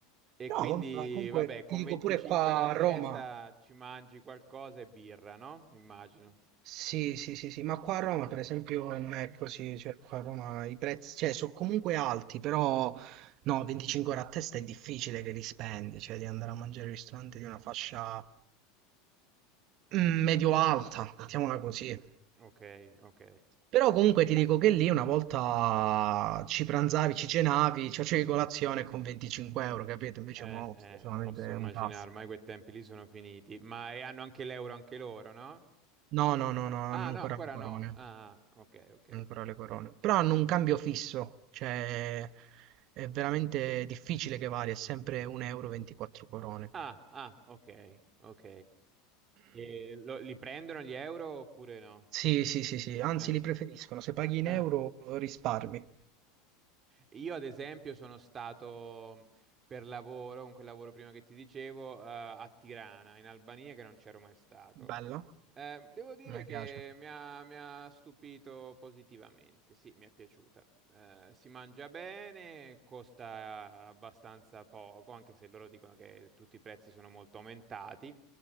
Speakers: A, on the right; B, on the right.
A: E
B: No,
A: quindi,
B: vabbè, ma comunque
A: vabbè, con
B: ti dico
A: 25
B: pure qua
A: euro a testa
B: a Roma.
A: ci mangi qualcosa e birra, no? Immagino.
B: Sì, sì, sì, sì, ma qua a Roma per esempio non è così, cioè qua a Roma i prezzi, cioè, sono comunque alti, però no, 25 euro a testa è difficile che li spendi, cioè di andare a mangiare al ristorante di una fascia mm, medio-alta, mettiamola così.
A: Ok, ok.
B: Però comunque ti dico che lì una volta ci pranzavi, ci cenavi, ci facevi colazione con 25 euro, capito? Invece
A: Eh,
B: mo
A: eh,
B: è solamente
A: posso
B: un
A: immaginare,
B: passo.
A: ormai quei tempi lì sono finiti, ma e hanno anche l'euro anche loro, no?
B: No, no, no, no, hanno
A: Ah,
B: ancora
A: no, ancora
B: le corone.
A: no. Ah, ah, ok, ok.
B: Hanno ancora le corone. Però hanno un cambio fisso, cioè è veramente difficile che varia, è sempre 1 euro 24 corone.
A: Ah, ah, ok, ok. E lo- li prendono gli euro oppure no?
B: Sì, sì, sì, sì, anzi
A: Eh,
B: li preferiscono, se paghi in
A: eh,
B: euro risparmi.
A: Io, ad esempio, sono stato mhmm, per lavoro, con quel lavoro prima che ti dicevo, eh, a Tirana, in Albania, che non c'ero mai stato.
B: Bella,
A: Eh, devo dire
B: a me
A: che
B: piace.
A: mi ha, mi ha stupito positivamente, sì, mi è piaciuta. Eh, si mangia bene, costa abbastanza poco, anche se loro dicono che tutti i prezzi sono molto aumentati,